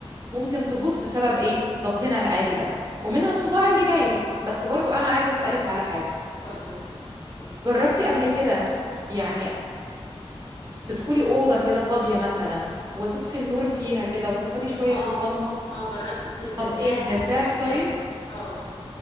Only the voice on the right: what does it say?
ممكن تبوظ بسبب ايه ضغطنا العالي ده ومنها
الصداع اللي جاي لك بس برضو انا عايزة اسألك على حاجة
جربتي قبل كده يعني تدخلي أوضة كده فاضية مثلا وتطفي النور فيها كده وتقعدي شوية
في الضلمة
طب إيه بنرتاح
طيب؟